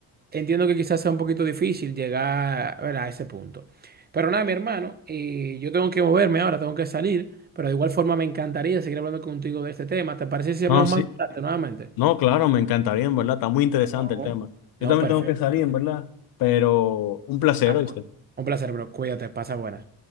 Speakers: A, on the right (about 30°); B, on the left (about 75°).
A: entiendo que quizás sea un poquito difícil llegar, ¿verdad? a ese punto. Pero nada, mi hermano, eh, yo tengo que moverme ahora, tengo que salir. Pero de igual forma me encantaría seguir hablando contigo de este tema. ¿Te parece si hablamos
B: No, sí.
A: más tarde nuevamente?
B: No, claro, me encantaría, en verdad. Está muy interesante
A: Ah, no.
B: el tema. Yo
A: No,
B: también
A: perfecto.
B: tengo que salir, en verdad. Pero un placer,
A: Ah,
B: ¿oíste?
A: pues, un placer, bro. Cuídate, pasa buenas.